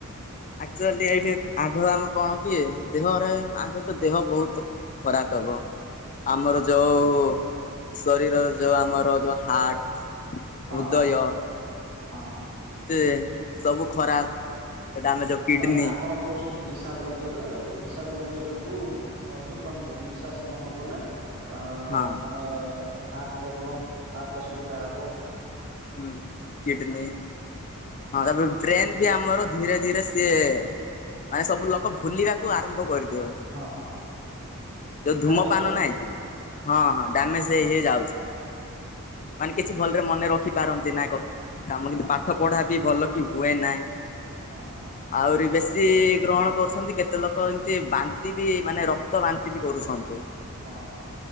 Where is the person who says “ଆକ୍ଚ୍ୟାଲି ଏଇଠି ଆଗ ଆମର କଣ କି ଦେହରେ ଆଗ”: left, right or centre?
Left